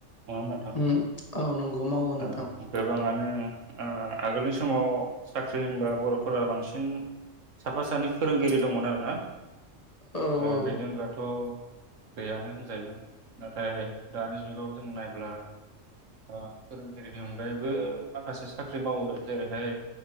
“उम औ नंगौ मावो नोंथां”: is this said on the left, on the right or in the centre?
Left